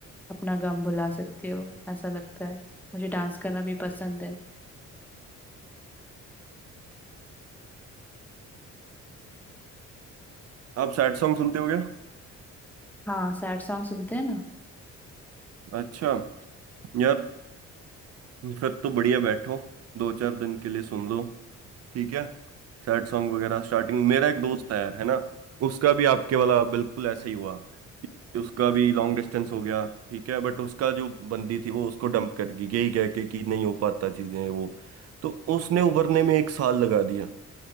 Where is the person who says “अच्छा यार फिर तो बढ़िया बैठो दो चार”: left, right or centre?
Right